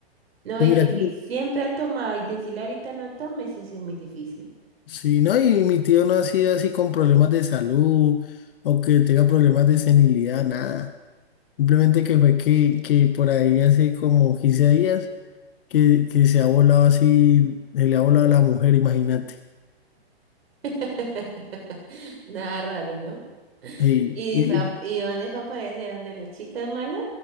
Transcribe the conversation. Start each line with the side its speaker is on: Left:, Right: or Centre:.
Right: No,
Left: Pues
Right: y
Left: mira,
Right: que
Left: que-
Right: si siempre ha tomado y decirle ahorita no tome, sí, sí es muy difícil.
Left: sí, no, y mi tío no ha sido así con problemas de salud o que tenga problemas de senilidad, nada. Simplemente que fue que, que por ahí hace como 15 días que, que se ha volado así, se le ha volado a la mujer, imagínate.
Right: <laughs> Nada raro, ¿no?
Left: Sí,
Right: ¿Y,
Left: y,
Right: fa-
Left: y-
Right: y dónde fue a aparecer? ¿Dónde las chicas malas?